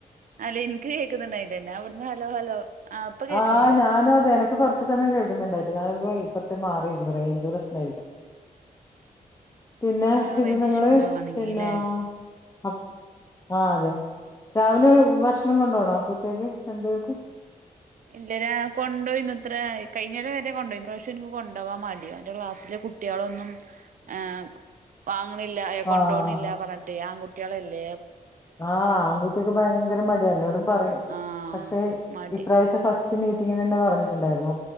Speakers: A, on the right (about 65°); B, on the left (about 20°).
A: അല്ല ഇൻക്ക് കേക്ക്‌ന്ന്ണ്ടായില്ല ഞാ വ്ട്ന്ന് ഹലോ ഹലോ ആഹ് ഇപ്പൊ കേക്ക്ണ്ട്
B: ആഹ് ഞാനു അതെനെ പ്പൊ കൊർച്ച് സമയം കേക്ക്‌ന്ന്ണ്ടായിറ്റ് ഞാ പ്പൊ ഇപ്പർത്തെ മാറിയിര്ന്നു റേഞ്ച് പ്രശ്നയ്ക്കും പിന്നെ
A: ആഹ്
B: ഇത്
A: റേഞ്ച്
B: നിങ്ങള്
A: ഇഷ്യൂ ഉണ്ടാവാണെങ്കിലേ
B: പിന്നാ അ ആ അതെ രാവിലെ ഭക്ഷണം കൊണ്ടോണോ കുട്ട്യക്ക് രണ്ടു പേർക്കും
A: ഇല്ല രാ കൊണ്ടോയിന്നു ത്രായ് കയ്ഞ്ഞേരെ വെരെ കൊണ്ടോയ്നു ഷം ഇൻക്ക് കൊണ്ടോവാൻ മടിയാന്റ ക്ലാസ്സ്ല് കുട്ട്യളൊന്നും ഏ പാ ങ്ങ്ണില്ല കൊണ്ടോണില്ല
B: ആഹ്
A: പർഞ്ഞിട്ട് ആൺകുട്ട്യളല്ലേ
B: ആഹ് ആൺകുട്ട്യക്ക്‌ ഭയങ്കര മടിയാ എന്നോടും പറയും
A: ആഹ്
B: പക്ഷെ
A: മടി
B: ഇപ്രാവശ്യം ഫസ് റ്റ് മീറ്റിങ്ങിനെന്നെ പർഞ്ഞിട്ട്ണ്ടായ്ര്ന്നു